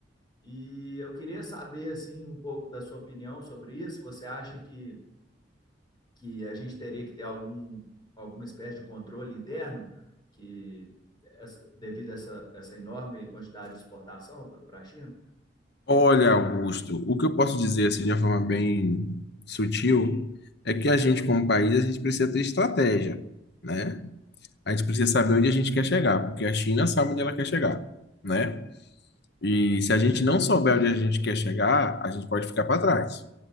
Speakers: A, on the left; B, on the left.
A: E eu queria saber assim, um pouco da sua opinião sobre isso. Você acha que, que a gente teria que ter algum, alguma espécie de controle interno que devido a essa, essa enorme quantidade de exportação para a China?
B: Olha, Augusto, o que eu posso dizer assim de uma forma bem sutil é que a gente, como país, a gente precisa ter estratégia, né? A gente precisa saber onde a gente quer chegar, porque a China sabe onde ela quer chegar, né? E se a gente não souber onde a gente quer chegar, a gente pode ficar para trás.